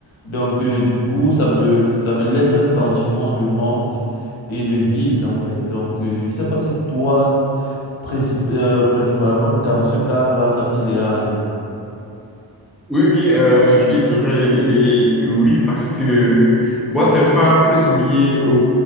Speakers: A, on the left; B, in the centre.
A: Donc, euh, du coup, ça me, ça me laisse un sentiment de manque et de vide, en fait. Donc, euh, je ne sais pas si toi, princip- euh, principalement dans ce cadre-là, ça t'est déjà arrivé.
B: Oui, oui, euh, je te dirais oui parce que moi, c'est pas plus lié au,